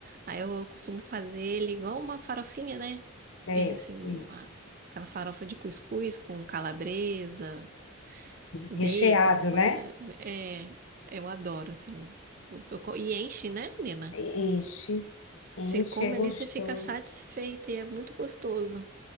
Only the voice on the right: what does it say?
Aí eu costumo fazer ele igual uma farofinha, né?
Ele assim, uma-
aquela farofa de cuscuz com calabresa, Bacon,
fa-
é, eu adoro, assim. Eu- eu co- E enche, né, menina?
Você come
ali, você fica satisfeita e é muito gostoso.